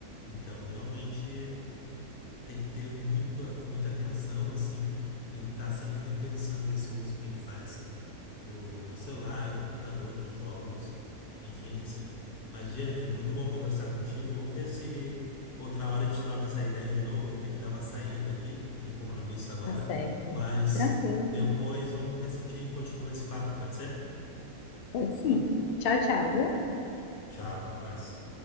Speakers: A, on the left (about 40°); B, on the left (about 80°).
A: Então, realmente tem que ter muito, muita atenção, assim, tem que estar sempre repensando esse uso que a gente faz do, do celular, do computador, dos jogos, enfim, assim. Mas, Jennifer, muito bom conversar contigo. Vamos ver se outra hora a gente troca essa ideia de novo. Vou ter que dar uma saída aqui, tem compromisso agora,
B: Tá certo.
A: mas
B: Tranquilo.
A: depois vamos ver se a gente continua esse papo, pode ser?
B: Pode sim. Tchau, tchau, viu?
A: Tchau, um abraço.